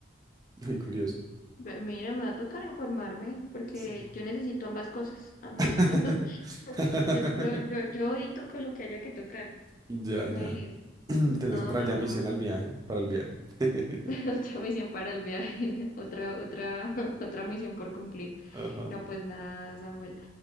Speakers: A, on the right; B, on the left.
A: Muy curioso.
B: Ve- Mira, me va a tocar informarme porque
A: Sí.
B: yo necesito ambas cosas. Ah, Necesito
A: <laughs>
B: ambas. <laughs> Yo, yo, yo, yo edito con lo que haya que tocar.
A: Ya,
B: No
A: ya.
B: hay lío.
A: <clears throat> Tenés
B: No,
A: otra
B: no,
A: ya
B: no.
A: misión al viaje, para el viaje. <laughs>
B: <laughs> Otra misión para el viaje, <laughs> otra, otra, <laughs> otra misión por cumplir.
A: Ajá.
B: No, pues nada, Samuel.